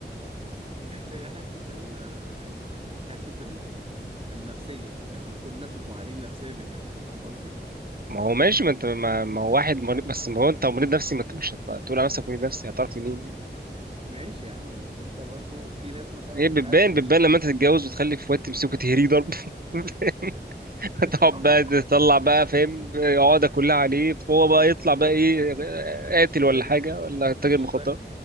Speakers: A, on the right; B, on the right.
A: هي حتة ال حتة ال النفسية دي يعني كل الناس مش معانين نفسيا للجواز فاهم قصدي؟
B: ما هو ماشي ما انت ما, ما هو واحد مريض بس ما هو انت مريض نفسي ما انت مش هت- هتقول على نفسك مريض نفسي هتعرف منين
A: ماشي يا عم بس انت برضو في ناس مثلا
B: هي بتبان
A: هل انت
B: بتبان
A: شيء
B: لما انت تتجوز وتخلف واد تمسكه تهريه ضرب <laughs>
A: <laughs> اطلع
B: تقعد بقى تطلع بقى فاهم عقدة كلها عليه فهو بقى يطلع
A: غير-
B: بقى ايه
A: مش
B: قاتل
A: طايق
B: ولا حاجة ولا تاجر
A: مش
B: مخدرات
A: طايق